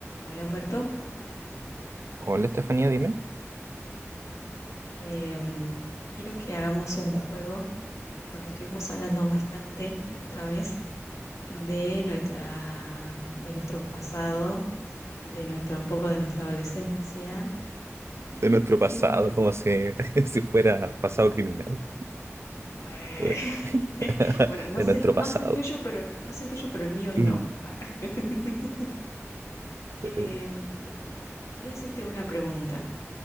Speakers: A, on the left; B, on the right.
A: Hola Humberto,
B: Hola Estefanía, dime.
A: Em, quiero que hagamos un juego porque estuvimos hablando bastante la otra vez de nuestra, de nuestro pasado, de nuestra, un poco de nuestra adolescencia y
B: De nuestro
A: me pregunto,
B: pasado, como si, <laughs> si fuera pasado criminal.
A: <laughs>
B: <laughs>
A: bueno, no
B: De
A: sé,
B: nuestro
A: no
B: pasado.
A: sé el tuyo, pero no sé el tuyo, pero el mío no.
B: Mm.
A: <laughs> Em,
B: Uh,
A: eh, quería hacerte una pregunta.